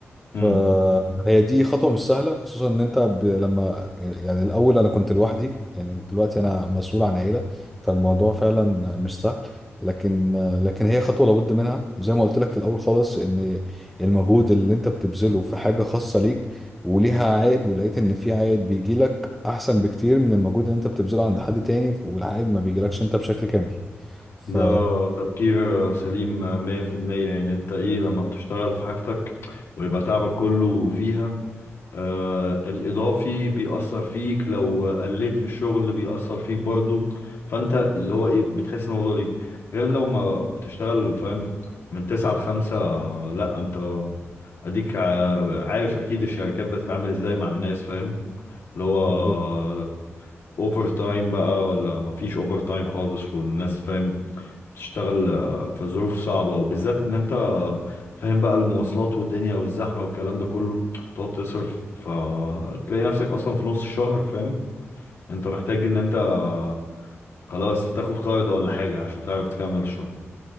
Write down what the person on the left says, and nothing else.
مم.
ده تفكير سليم مية في المية يعني انت ايه لما بتشتغل في حاجتك ويبقى تعبك كله فيها آه، الإضافي بيأثر فيك لو قلت في الشغل بيأثر فيك برضو فأنت اللي هو إيه بتحس الموضوع ليك غير لو ما بتشتغل فاهم من تسعة لخمسة لأ أنت أديك ع- عارف أكيد الشركات بتتعامل إزاي مع الناس فاهم اللي هو
أوفر تايم بقى ولا مفيش أوفر تايم خالص والناس فاهم تشتغل آه، في ظروف صعبة وبالذات ان انت آه، فاهم بقى المواصلات والدنيا والزحمة والكلام ده كله تقعد تصرف فتلاقي نفسك اصلا في نص الشهر فاهم انت محتاج ان انت آه، خلاص تاخد قرض ولا حاجة عشان تعرف تكمل الشهر